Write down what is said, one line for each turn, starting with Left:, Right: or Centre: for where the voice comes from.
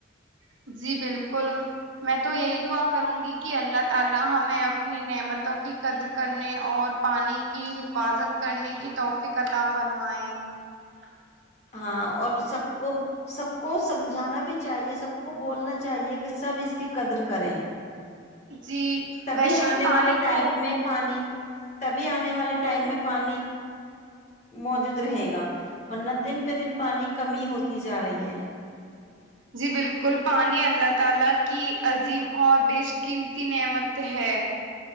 Right: <inaudible>
Left: ہاں اور سب کو سب کو سمجھانا بھی چاہیے سب کو بولنا چاہیے کہ سب اس کی قدر کریں
Right: جی
Left: تبھی
Right: ویسے بھی
Left: آنے
Right: پانی
Left: والے ٹائم
Right: تو
Left: میں پانی تبھی آنے والے
Right: بولو
Left: ٹائم میں پانی موجوود رہے گا پت دن پہ دن پانی کمی ہوتی جا رہی ہے
Right: جی بالکل پانی اللہ تعالی کی عظیم اور بیش قیمتی نعمت ہے